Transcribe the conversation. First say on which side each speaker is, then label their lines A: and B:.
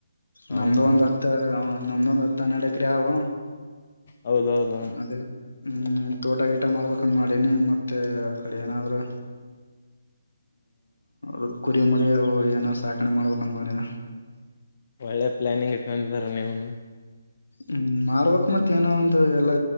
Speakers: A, on the left; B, on the left.
A: ನಮ್ದು
B: ಹೌದಾ
A: ಒಂದ್ ಹತ್ತು ನಮ್ದು ಒಂದ್ ಹತ್ತು ಹನ್ನೆಡು ಎಕ್ರ ಯವು
B: ಹೌದೌದು
A: ಅದೇ ಹ್ಮ್ ತೋಟಗೀಟ ಮಾಡ್ಬೇಕಂದ ಮಾಡನಿ ಮತ್ತ ತ್ತ ಕಡೆನ ಅರು ಹ ಕುರಿ ಮರಿ ಏನೋ ಸಾಕಣೆ ಮಾಡ್ಬೇಕಂದ ಮಾಡಿನ
B: ಒಳ್ಳೆ ಪ್ಲಾನಿಂಗ್ ಇಟ್ಕೊಂಡಿದಾರ ನೀವನು
A: ಹ್ಮ ಮಾಡ್ಬೇಕಕ್ ಮತ್ತ್ ಏನೋ ಅಂತ ಎಲ್ಲಾ